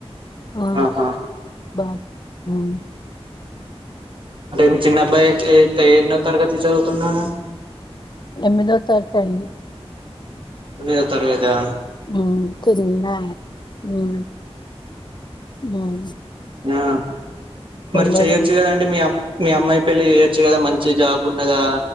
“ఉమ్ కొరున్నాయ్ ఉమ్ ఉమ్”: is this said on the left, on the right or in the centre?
Left